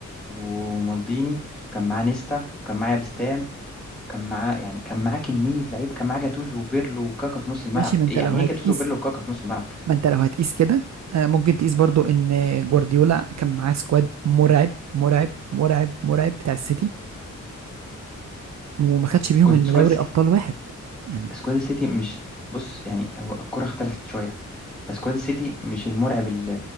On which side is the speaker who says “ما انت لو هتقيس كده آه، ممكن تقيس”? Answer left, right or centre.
Right